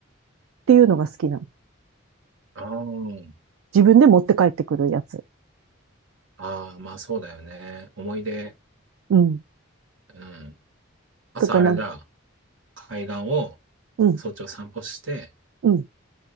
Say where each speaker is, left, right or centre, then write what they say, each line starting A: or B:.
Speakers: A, on the right; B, on the right.
A: ていうのが好きなの。
B: あー
A: 自分で持って帰ってくるやつ。
B: あー、まあそうだよね。思い出、
A: うん。
B: うん。朝あれだ、
A: とかなん、
B: 海岸を
A: うん、
B: 早朝散歩して、
A: うん。